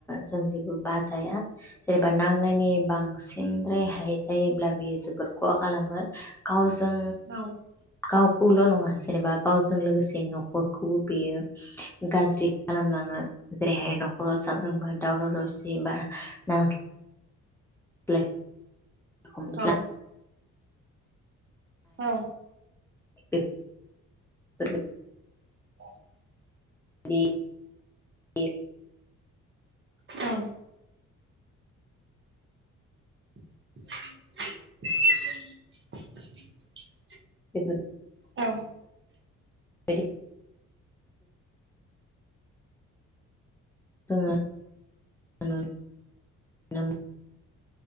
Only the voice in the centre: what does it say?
जों जेबो बाजाया जेनेबा नांनायनि बांसिन रेहाय जायोब्ला बियो जोबोर खहा खालामो गावजों
गावखौल' नङा जेनेबा गावजों लोगोसे न'खरखौबो बेयो गाज्रि खालामलाङो जेरैहाय न'खराव साबफ्रोमबो दावराव दावसि बा नां <unintelligible> हमस्लाब
<unintelligible>
<unintelligible>
दे दे
बेफोर
बायदि जोङो नुनो मोनो <unintelligible>